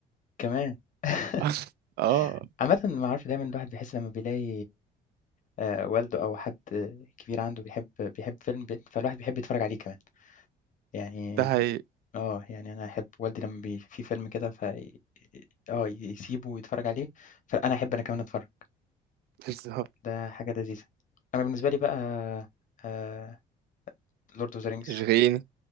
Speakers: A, on the left (about 50°); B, on the right (about 70°).
A: كمان <laughs>
B: <laughs> اه
A: عامة ما أعرف دايما الواحد بيحس لما بيلاقي آه، والده أو حد كبير عنده بيحب بيحب فيلم بي- فالواحد بيحب يتفرج عليه كمان يعني
B: ده هي
A: آه، يعني أنا أحب والدي لمّا بي في فيلم كده ف آه، يسيبه ويتفرج عليه، فأنا أحب أنا كمان أتفرج،
B: بالظبط
A: ده حاجة لذيذة. أنا بالنسبة لي بقى آآ Lord of the Rings
B: اشغيني